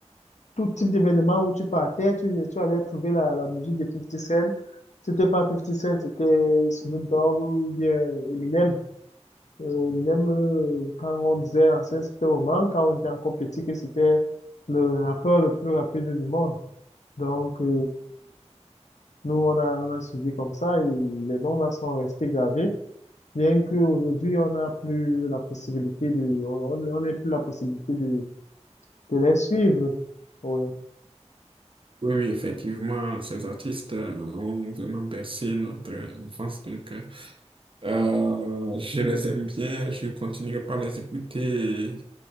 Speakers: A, on the left; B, on the right.
A: tout type d'événement où tu partais, tu, tu allais trouver la, la musique de Fifty Cent. C'était pas Fifty Cent, c'était Snoop Dogg ou bien Eminem. Euh, Eminem, euh, quand on disait ancien, c'était moment, quand on était encore petit, que c'était le rappeur le plus rapide du monde. Donc, euh, nous, on a, on a suivi comme ça et les noms là sont restés gravés. Bien qu'aujourd'hui, on n'a plus la possibilité de, on on n'a plus la possibilité de, de les suivre. Oui.
B: Oui, oui, effectivement, ces artistes euh, ont vraiment bercé notre enfance. Donc, euh, euh, je les aime bien, je continuerai par les écouter